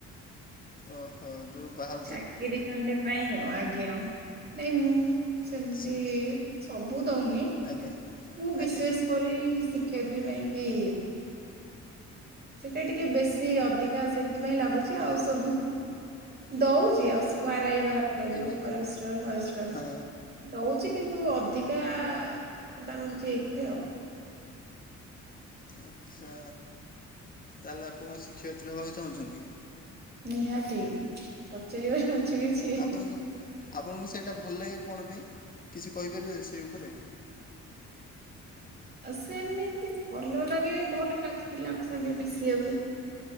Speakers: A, on the left; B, on the right.
A: ଓହୋ ଯଉ ବାହାର
B: ଚାକିରି ଖଣ୍ଡେ ପାଇଁ ଆଉ। ଆଜ୍ଞା ନାଇଁ ମୁଁ ସେମତି
A: ଆଚ୍ଛା
B: ସବୁ ଦଉନି
A: ଆଜ୍ଞା
B: ମୁଁ ବିଶେଷ
A: ଆଜ୍ଞା
B: କରି ଶିକ୍ଷୟିତ୍ରୀ ପାଇଁ କି। ସେଟା ଟିକେ ବେଶି ଅଧିକା ସେଥିପାଇଁ ଲାଗୁଛି ଆଉ ସବୁ ଦଉଛି ଆଉ ଆର ଆଇ ବାହାରିଥିଲା
A: ଆଜ୍ଞା
B: ଯୋଉ ଫରେଷ୍ଟର ଫରେଷ୍ଟ ଗାର୍ଡ଼।
A: ହଁ
B: ଦଉଛି କିନ୍ତୁ ଅଧିକା କଷ୍ଟଟା ରହୁଛି ଏଇଥିରେ ଆଉ।
A: ଆଚ୍ଛା! ତାହେଲେ ଆପଣ ଶିକ୍ଷୟିତ୍ରୀ ହେବାକୁ ଚାହୁଁଛନ୍ତି।
B: ନିହାତି ପଚାରିବାର ଅଛି କିଛି।
A: ଆପଣଙ୍କୁ ଆପଣଙ୍କୁ ସେଇଟା ଭଲ ଲାଗେ କଣ ପାଇଁ କିଛି କହିପାରିବେ ସେଇ ଉପରେ?
B: ଆ ସେମିତି ଭଲ ଲାଗେ ଭଲ ଲାଗିଲା ଆମସାଙ୍ଗେ ମିଶିବାକୁ।